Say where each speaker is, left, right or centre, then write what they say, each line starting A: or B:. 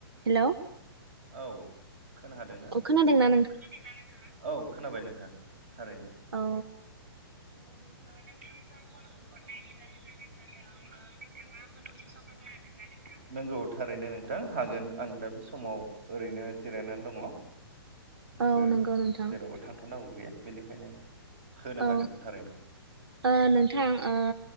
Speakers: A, on the right (about 75°); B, on the right (about 35°).
A: हेल'
B: औ खोनादोंना
A: अ खोनादोंना
B: नोंथाङा खोनादोंना नोंथाङा औ खोनाबाय नोंथां थारैनो
A: औ
B: नोंथांजों फन हरनायनि जाहोनानो जादों नोंथाङा आंनो दसे सम होनो हागोन ना नोंथां नंगौ थारैनो नों थां हागोन आं दा बे समाव ओरैनो जिरायनानै दङ जेबो
A: औ नंगौ नोंथां
B: जेरावबो थांथ'नांगौ गैया बेनिखायनो होनो
A: औ
B: हागोन थारैनो
A: ओ नोंथां ओ